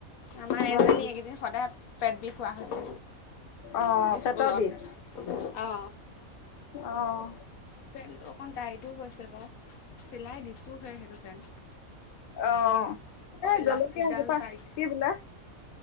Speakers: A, on the left; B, on the left.
A: আমাৰ এজনী
B: লাগিব
A: এইকেইদিন সদায় পেট বিষোৱা হৈছে
B: অঁ পেটৰ
A: স্কুলত
B: বিষ
A: অ।
B: অঁ
A: তেন্তে, অণ টাইটো হৈছে বাও, চিলাই দিছোহে সেইটো পেন্ট
B: অঁ এই
A: ইলাষ্টিকডাল
B: জলকীয়া এজোপা
A: টাইট।
B: কি বোলে